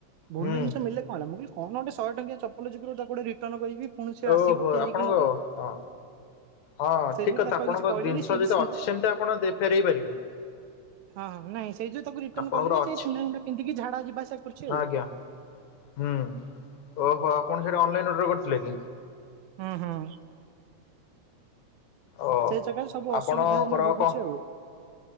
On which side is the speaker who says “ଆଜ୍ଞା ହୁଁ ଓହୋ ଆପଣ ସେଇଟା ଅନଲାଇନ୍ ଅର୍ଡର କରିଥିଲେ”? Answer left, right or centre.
Left